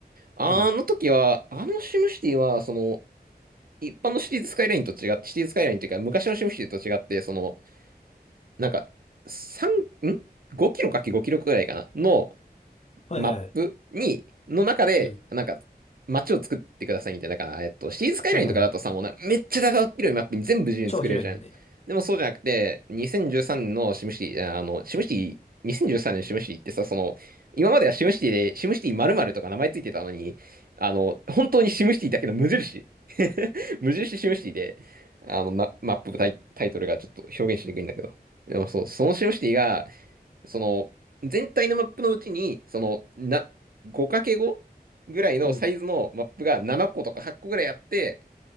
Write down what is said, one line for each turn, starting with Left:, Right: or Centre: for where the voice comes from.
Right: あの時は、
Left: うん。
Right: あのシムシティは、その、一般のシティーズスカイラインと違って、シティーズスカイラインというか、昔のシムシティと違って、その、なんか、3、ん ?5 キロかけ5キロくらいかなの
Left: はいはいはい。
Right: マップに、の中で、
Left: うん。
Right: なんか、街を作ってくださいみたいな。だから、えっと、シティーズスカイラインとかだとさ、
Left: はいはいはい。
Right: もうな、めっちゃ長っ広いマップに全部自由に作れるじゃん。
Left: 超広いのね。
Right: でもそうじゃなくて、2013年のシムシティ、あの、シムシティ、2013年シムシティってさ、その、今まではシムシティで、シムシティ〇〇とか名前ついてたのに、あの、本当にシムシティだけの無印。<laughs> 無印シムシティで、あの、まマップタイ、タイトルがちょっと表現しにくいんだけど。でもそう、そのシムシティが、その、全体のマップのうちに、その、な、5×5 ぐらいのサイズのマップが7個とか8個ぐらいあって、
Left: うん。